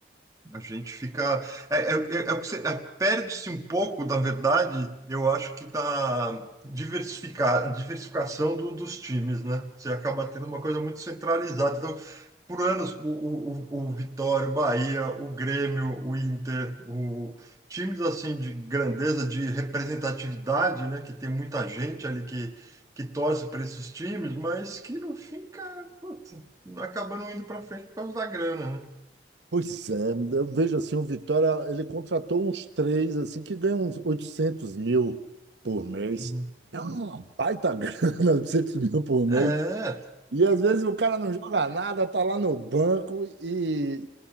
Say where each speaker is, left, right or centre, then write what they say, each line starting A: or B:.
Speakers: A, on the right; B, on the right.
A: a gente fica. É, é, é- é o que você. é, perde-se um pouco, na verdade, eu acho que da diversificar, diversificação do- dos times, né? Você acaba tendo uma coisa muito centralizada. Então, por anos, o, o, o o Vitória, o Bahia, o Grêmio, o Inter, o, times assim de grandeza, de representatividade, né? Que tem muita gente ali que, que torce para esses times, mas que no fim, cara, puta, acaba não indo para frente por causa da grana, né?
B: Pois é, eu vejo assim, o Vitória, ele contratou uns três, assim, que ganham uns 800 mil por mês.
A: Uhum.
B: É uma baita grana, <laughs> 800 mil por mês.
A: É,
B: E às vezes o cara não joga nada, tá lá no banco e